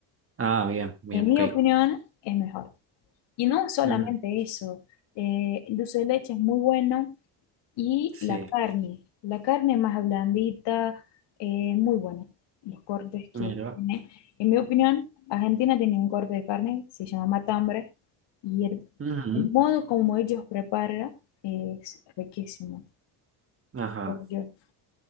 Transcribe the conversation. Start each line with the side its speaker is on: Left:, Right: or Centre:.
Right: Ah, bien, bien,
Left: en mi
Right: ok.
Left: opinión, es mejor. Y no solamente
Right: Ujú.
Left: eso, eh, el dulce de leche es muy bueno. Y
Right: Sí,
Left: la carne, la carne más blandita, eh, muy buena. Los cortes
Right: mira.
Left: que tiene. En mi opinión, Argentina tiene un corte de carne, se llama matambre, y el,
Right: Ujú.
Left: el modo como ellos preparan eh, es riquísimo.
Right: Ajá.
Left: creo yo.